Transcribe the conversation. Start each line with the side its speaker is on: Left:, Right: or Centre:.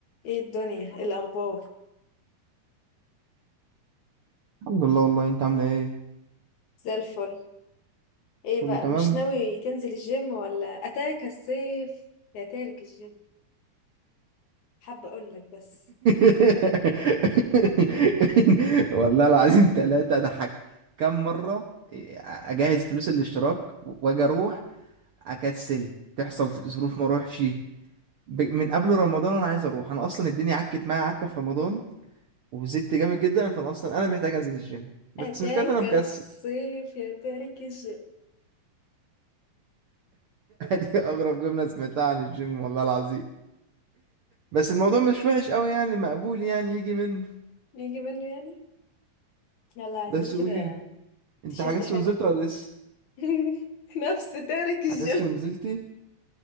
Left: ايه الدنيا ايه الاخبار
Right: الحمد لله والله انت عامله ايه
Left: زي الفل ايه
Right: كله
Left: بقى
Right: تمام
Left: مش ناوي تنزل الجيم ولا اتاك الصيف يا تارك الجيم حابه اقول لك بس
Right: <laughs> والله العظيم ثلاثة أضحك كم مرة أجهز فلوس الاشتراك وأجي أروح أكسل تحصل ظروف ما أروحش ب- من قبل رمضان أنا عايز أروح أنا أصلا الدنيا عكت معايا عكة في رمضان وزدت جامد جدا فأنا أصلا أنا محتاج أنزل الجيم بس
Left: اتاك
Right: مش كده أنا مكسل
Left: الصيف
Right: <laughs>
Left: يا تارك الجيم
Right: دي أغرب جملة سمعتها عن الجيم والله العظيم بس
Left: مم.
Right: الموضوع مش وحش قوي يعني مقبول يعني يجي منه
Left: يجي منه يعني يلا عايزين
Right: بس
Left: كده
Right: قولي انت
Left: تشد
Right: حجزت
Left: حيلك
Right: ونزلت ولا لسه
Left: <laughs> نفس تارك الجيم
Right: حجزت ونزلتي